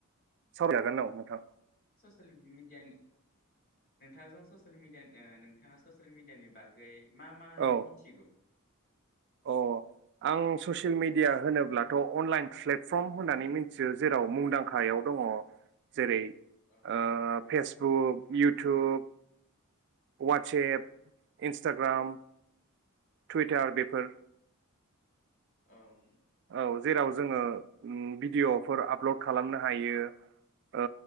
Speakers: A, on the right; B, on the left.
A: सावरायजागोन औ नोंथां
B: सियेल मिडियानि नोंथांजों ससियेल मिडिया नोंथाङा ससियेल मिडियानि बागै मा मा
A: औ
B: मिथिगौ
A: अ आं ससियेल मिडिया होनोब्लाथ अनलाइन प्लेटफर्म होननानै मिथियो जेराव मुंदांखायाव दङ जेरै ओ
B: औ
A: फेस बुक इउथुब वाटसेप
B: औ
A: इनस टाग्राम टुइटार बेफोर
B: औ
A: औ जेराव जोङो भिडिअफोर आपलड खालामनो हायो ओ